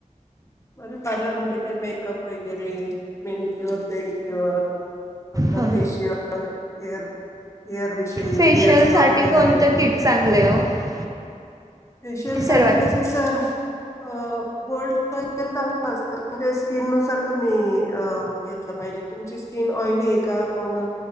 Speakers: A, on the left (about 20°); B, on the right (about 25°).
A: माझ्या पार्लरमध्ये काही मेकअप वगैरे मेनिक्युअर, पेडिक्युअर. आपलं
B: हां
A: फेशियल, हेअर हेअर विषयी
B: फेशियलसाठी
A: हेअर स्पा वगैरे.
B: कोणतं किट चांगलं आहे हो
A: फेशियल साठी
B: सर्वात
A: तसेच अं गोल्ड चांगल असतं स्किन नुसार तुम्ही घेतलं पाहिजे तुमची स्किन ऑइली. का म